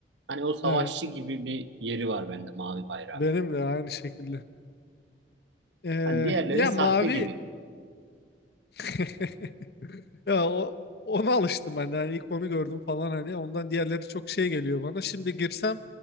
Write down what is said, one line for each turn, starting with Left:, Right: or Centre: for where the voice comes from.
Right: Hani o savaşçı
Left: Evet.
Right: gibi bir yeri var bende mavi bayrak.
Left: Benim de aynı şekilde. E,
Right: Hani diğerleri
Left: ya
Right: sahte
Left: mavi
Right: gibi.
Left: <laughs> Ya o, ona alıştım ben de. Hani ilk onu gördüm falan hani. Ondan diğerleri çok şey geliyor bana. Şimdi girsem